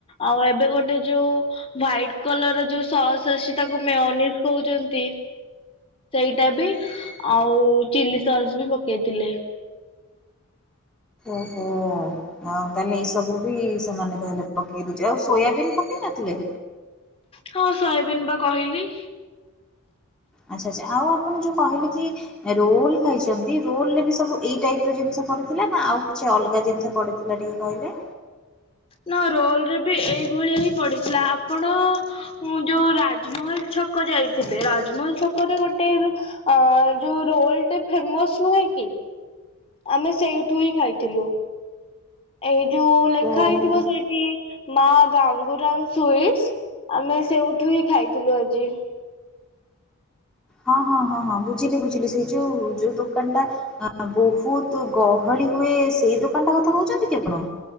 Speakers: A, on the left; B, in the centre.
A: ଆଉ ଏବେ ଗୋଟେ ଯୋଉ ହ୍ଵାଇଟ କଲରର ଯୋଉ ସସ୍ ଆସି ତାକୁ ମେଓନିଜ କହୁଚନ୍ତି। ସେଇଟା ବି ଆଉ ଚିଲି ସସ୍ ବି ପକେଇଥିଲେ।
B: ଓହୋ। ଆଉ ତାହେଲେ ଏଇ ସବୁ ବି ସେମାନେ ତାହେଲେ ପକେଇ ଦେଇଚି ଆଉ ସୋୟାବିନ୍ ପକେଇ ନଥିଲେ।
A: ହଁ ସୋୟାବିନ୍ ବା କହିଲି।
B: ଆଚ୍ଛା ଆଚ୍ଛା ଆଉ ଆପଣ ଯୋଉ କହିଲେ କି ରୋଲ୍ ଖାଇଚନ୍ତି ରୋଲରେ ବି ସବୁ ଏଇ ଟାଇପର ଜିନିଷ ପଡିଥିଲା ନା ଆଉ କିଛି ଅଲଗା ଜିନିଷ ପଡି ଥିଲା ଟିକେ କହିଲେ।
A: ନା ରୋଲରେ ବି ଏଇଭଳିଆ ହିଁ ପଡିଥିଲା ଆପଣ ଉଁ ଯୋଉ ରାଜମହଲ ଛକ ଯାଇଥିବେ ରାଜମହଲ ଛକରେ ଗୋଟେ ଏବେ ଆ ଯୋଉ ରୋଲଟେ ଫେମସ୍ ନୁହେଁ କି। ଆମେ ସେଇଠୁ ହିଁ ଖାଇଥିଲୁ। ଏଇ ଯୋଉ ଲେଖା
B: କୋଉ
A: ହେଇଥିବ ସେଇଠି ମା ଗାଙ୍ଗୁରାମ ସୁଇଟ୍ସ ଆମେ ସେଉଠୁ ହିଁ ଖାଇଥିଲୁ ଆଜି।
B: ହଁ ହଁ ହଁ ହଁ ବୁଝିଲି ବୁଝିଲି ସେଇ ଯୋଉ ଯୋଉ ଦୋକାନଟା ଆ ବୋହୁତ ଗହଳି ହୁଏ ସେଇ ଦୋକାନଟା କଥା କହୁଛନ୍ତି କି ଆପଣ।